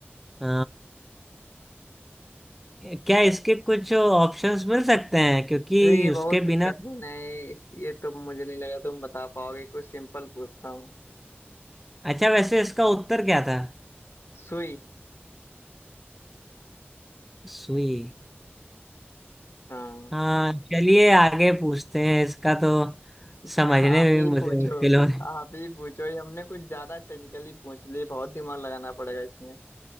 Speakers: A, in the centre; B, on the left (about 90°).
A: अ, क्या इसके कुछ ऑप्शंस मिल सकते हैं क्योंकि
B: अरे ये
A: उसके
B: बहुत
A: बिना
B: कठिन है इस ये तो मुझे नहीं लगा तुम बता पाओगे कुछ सिंपल पूछता हूँ
A: अच्छा वैसे इसका उत्तर क्या था
B: सुई
A: सुई
B: हाँ
A: हाँ चलिए आगे पूछते हैं इसका तो समझने
B: आप
A: में भी
B: ही
A: मुझे
B: पूछो
A: मुश्किल हो रहा है
B: आप ही पूछो ये हमने कुछ ज्यादा टेक्निकली पूछ लिए बहुत दिमाग लगाना पड़ेगा इसमें